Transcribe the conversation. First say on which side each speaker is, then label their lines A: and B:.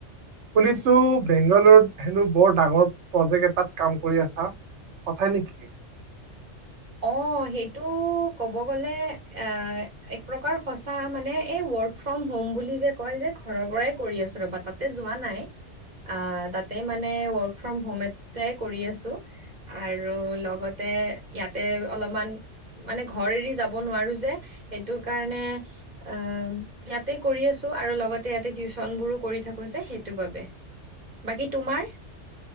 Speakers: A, on the right; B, on the right.
A: শুনিছো বেংগালুৰুত হেনো বৰ ডাঙৰ প্ৰজেক্ট এটাত কাম কৰি আছা সঁচা নেকি।
B: অ সেইটো ক'ব গলে এ এক প্ৰকাৰ সঁচা মানে এই। ৱৰ্ক ফ্ৰম হম বুলি যে ক যে ঘৰৰ পৰাই কৰি আছো ৰ'বা তাতে যোৱা নাই। আহ তাতে মানে ৱৰ্ক ফ্ৰম হোম এটাই কৰি আছো। আৰু লগতে ইয়াত। তাতে অলপমান মানে ঘৰ এৰি যাব নোৱাৰো যে সেইটো কাৰণে অ। ইয়াতে কৰি আছো আৰু লগতে ইয়াতে টিউচন বোৰো কৰি থাকো যে সেইটো বাবে। বাকী তোমাৰ।